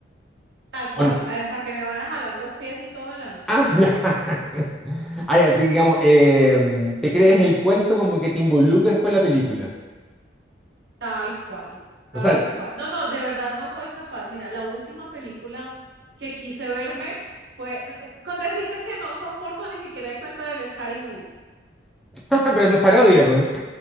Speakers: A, on the right (about 70°); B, in the centre.
A: tal cual,
B: o no.
A: hasta que me van a jalar los pies y todo en la noche,
B: Ah, ya. <laughs> Ah, ya, te- digamos, em, te crees el cuento como que te involucras con la película.
A: tal cual, tal
B: O sea,
A: cual. No, no, de verdad no soy capaz. Mira, la última película que quise verme fue, eh, con decirte que no soporto ni siquiera el cuento del Scary Movie.
B: <laughs> pero eso es parodia, po.